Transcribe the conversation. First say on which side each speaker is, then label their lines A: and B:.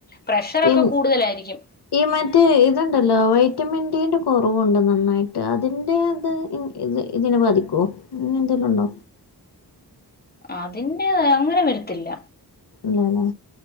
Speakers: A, on the left (about 25°); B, on the left (about 80°).
A: പ്രഷറൊക്കെ
B: ഇൻ
A: കൂടുതലായിരിക്കും.
B: ഈ മറ്റേ ഇതുണ്ടല്ലോ വൈറ്റമിൻ ഡീന്റെ കുറവുണ്ട് നന്നായിട്ട് അതിന്റെ അത് <unintelligible> ഇത് ഇതിനെ ബാധിക്കുവോ ങ്ങനെ ന്തെങ്കിലും ഉണ്ടോ.
A: അതിന്റേത് അങ്ങനെ വരത്തില്ല
B: ഇല്ലല്ലേ